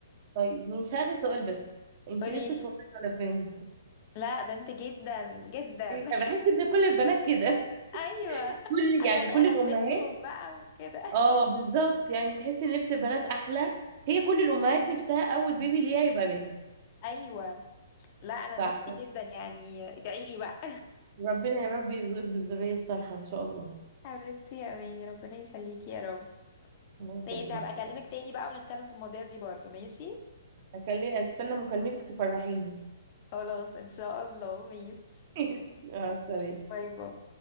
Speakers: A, on the right; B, on the left.
A: طيب مش عارفه سؤال بس انت
B: قولي
A: نفسك
B: لي
A: في وظيفه على فين
B: لا بنت جدا جدا
A: إيه،
B: <laughs>
A: أنا بحس ان كل البنات كده
B: ايوه
A: كل
B: عشان
A: يعني
B: البسهم
A: كل الامهات
B: بقى وكده
A: اه بالظبط يعني تحسي ان لبس البنات احلى هي كل الامهات نفسها اول بيبي ليها يبقى بنت
B: <laughs> ايوه لا انا
A: صح
B: نفسي جدا يعني ادعي لي بقى
A: ربنا يا رب يرزقك بالذريه الصالحه ان شاء الله
B: <laughs> حبيبتي يا اماني ربنا يخليكي يا رب
A: الله
B: ماشي
A: يخليك
B: هبقى اكلمك
A: يا حبيبتي
B: تاني بقى ونتكلم في المواضيع دي برضو ماشي
A: اكلم استنى مكالمتك تفرحيني
B: خلاص ان شاء الله ماشي
A: <laughs> آه، سلام
B: باي باي